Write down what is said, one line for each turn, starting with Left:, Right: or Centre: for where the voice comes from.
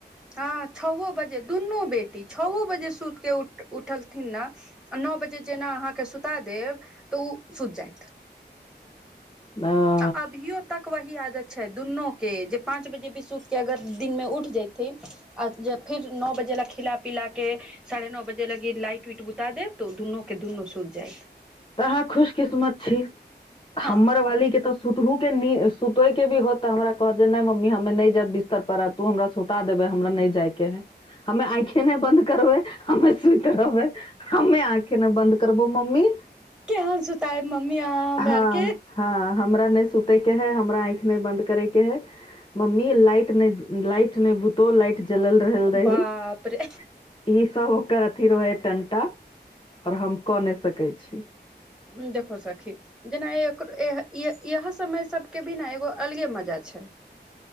Centre: ह छओ बजे दुनू बेटी छओ बजे सुति कऽ उठ उठलथिन ने नओ बजे जेना अहाँकेँ सुता देब तऽ ओ सुति जायत
Left: ह।
Centre: आ अभियो तक वही आदत छै दुनू के ज पाँच बजे बिसुतके अगर दिनमे उठि जयथिन आ जे फेर नओ बजे लए खिला पिला क साढ़े नओ बजे लगी लाइट उइट बुता देत तऽ ओ दुनू के दुनू सोति जायत
Left: अहाँ खुशकिस्मत छी
Centre: हँ
Left: हमर वाली के तऽ सुतहुू के नी सुते के भी होत ते हमरा कहत दे नय मम्मी हमे नय जायब बिस्तर पर तू हमरा सुता देबै हमरा नय जायके है हमे अइखे नय बंन्द करबै हमे सुति रहबै हमे आखे ने बन्द करबौ मम्मी
Centre: केहन सुताय मम्मी यहाँ हमरा
Left: हँ
Centre: आर के
Left: हँ हमरा नय सुते के है हमरा आँखि नय बंद करे के है मम्मी लाइट नय लाइट नय बुतो लाइट जलल रहल रहोलदीही
Centre: बाप रे
Left: ई सब ओकर अथी रहे ह टंटा और हम क नय सकै छी
Centre: उ देखो सखी जेना एक इय इह समय सबके भी ने एगो अलगे मजा छै